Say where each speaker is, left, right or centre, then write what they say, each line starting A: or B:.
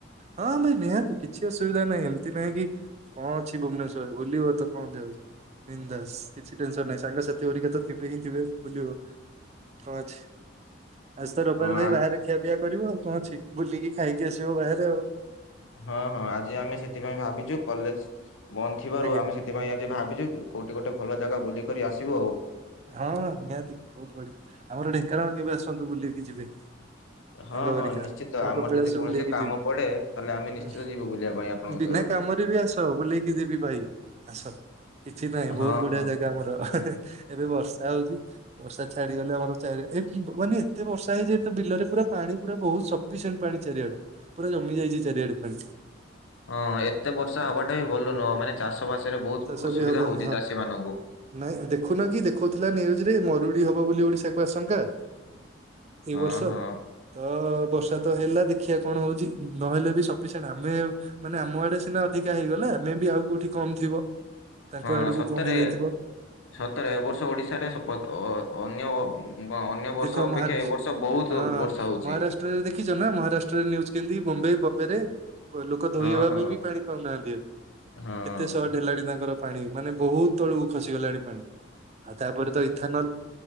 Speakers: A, on the right; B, on the left.
A: ହଁ ଭାଇ ନିହାତି କିଛି ଅସୁବିଧା ନାହିଁ ଏମିତି ନାହିଁ କି କଣ ଅଛି ଭୁବନେଶ୍ୱର ବୁଲିବ ତ କଣ ଯାଉଛି ବିନଦାସ କିଛି ଟେନସନ ନାହିଁ ସାଙ୍ଗସଥି କରରିକା ତ ଥିବେ ହିଁଥିବେ ବୁଲିବାକୁ। ହଁ ଅଛି ଆଜି ତ ରବିବାର
B: ହଁ
A: ଭାଇ
B: ଆଜି
A: ବାହାରେ ଖିଆ ପିଆ କରିବ ଆଉ କଣ ଅଛି ବୁଲିକି ଖାଇକି ଆସିବ ବାହାରେ ଆଉ।
B: ହଁ ହଁ ଆଜି ଆମେ ସେଥିପାଇଁ ଭାବିଛୁ କଲେଜ ବନ୍ଦ ଥିବାରୁ
A: ଆଜ୍ଞା
B: ଆମେ ସେଥିପାଇଁ ଆଜି ଭାବିଛୁ କୋଉଠି ଗୋଟେ ଭଲ ଜାଗା ବୁଲିକ କରି ଆସିବୁ ଆଉ।
A: ହଁ ନିହାତି ବହୁତ ବଢିଆ ଆମର ଢେଙ୍କାନାଳ କେବେ ଆସନ୍ତୁ ବୁଲିକି ଯିବେ।
B: ହଁ
A: ସାଙ୍ଗ ହରିକା।
B: ହଁ ନିଶ୍ଚିତ
A: ଆମ
B: ଆମର
A: କପିଳାସ
B: ଯଦି କୌଣସି
A: ବୁଲେଇକି
B: କାମ
A: ଯିବି
B: ପଡେ ତାହେଲେ ଆମେ
A: ହୁଁ।
B: ନିଶ୍ଚିତ ଯିବୁ ବୁଲିବା ପାଇଁ ଆପଣଙ୍କ
A: ବିନା
B: ସହରକୁ।
A: କାମରେ ବି ଆସ ବୁଲେଇକି ଯିବି ଭାଇ ଆସ କିଛି ନହିଁ
B: ହଁ
A: ବହୁତ ବଢିଆ
B: ହଁ
A: ଜାଗା ଆମର। ଏବେ ବର୍ଷା ହଉଛି। ବର୍ଷା ଛାଡିଗ ଗଲେ ଆମର ଚାରି ମାନେ ଏତେ ବର୍ଷା ହେଇଯତ ବିଲରେ ପୁରା ପାଣି ପୁରା ବହୁତ ସ ପିସଣ ପାଣି ଚାରିଆଡୁ ପୁରା ଜମି ଯାଇଛି ଚାରିଆଡୁ ପାଣି।
B: ହଁ ଏତେ ବର୍ଷା ହବାଟା ବି ଭଲୁ ନୁହଁ ମାନେ ଚାଷ ବାସ ରେ ବହୁତ
A: ଚାଷ
B: ଅସୁବିଧା
A: ବି ହବନି
B: ହଉଛି
A: ହଁ।
B: ଚାଷୀ ମାନଙ୍କୁ
A: ନାଇଁ ଦେଖୁନ କି ଦେଖୁଥିଲା ନିୁଜରେ ମରୁଡି ହବ ବୋଲି ଓଡିଶାକୁ ଆଶଙ୍କା। ଏ
B: ହଁ
A: ବର୍ଷ।
B: ହଁ
A: ତ ବର୍ଷା ତ ହେଲା ଦେଖିବା କଣ ହଉଛି ନହେଲେ ବି ସଫିସିଏଣ୍ଟ ଆମେ ମାନେ ଆମ ଆଡେ ସିନା ଅଧିକା ହେଇଗଲା ଆମେ ବି ଆଉ କୋଉଠି କମ ଥିବ। ତାଙ୍କ
B: ହଁ
A: ଆଡକୁ
B: ସତରେ
A: କମ ହେଇଯାଇଥିବ।
B: ସତରେ ଏବ ବର୍ଷ ଓଡିଶାରେ ଅନ୍ୟ। ଅନ୍ୟ ବର୍ଷ
A: ଦେଖ
B: ଅପେକ୍ଷା
A: ମହାରାଷ୍ଟ
B: ଏ ବର୍ଷ ବହୁତ
A: ହଁ
B: ବର୍ଷା ହଉଛି।
A: ମହାରାଷ୍ଟ୍ରରେ ଦେଖିଛ ନା ମହାରାଷ୍ଟ୍ରରେ ନିୟୁଜ କେମିତି ବମ୍ବେ ବମ୍ବେ ରେ ଲୋକ ଧୋଇ
B: ହଁ
A: ହବା
B: ହଁ
A: ପାଇଁ ବି ପାଣି ପାଉନାହାନ୍ତି।
B: ହଁ।
A: କେତେ ଶଟ ହେଲାଣି ତାଙ୍କର ପାଣି ମାନେ ବହୁତ ତଳକୁ ଖସି ଗଲାଣି ପାଣି। ଆଉ ତାପରେ ତ ଇଥାନଲ